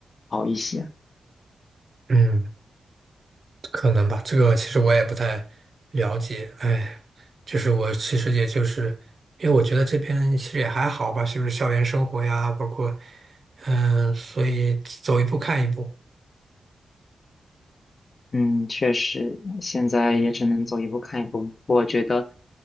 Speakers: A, on the left (about 40°); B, on the right (about 40°).
A: 好一些。
B: 嗯，可能吧，这个其实我也不太了解。哎，就是我其实也就是因为我觉得这边其实也还好吧，就是校园生活呀，包括嗯，所以走一步看一步。
A: 嗯，确实，现在也只能走一步看一步。我觉得，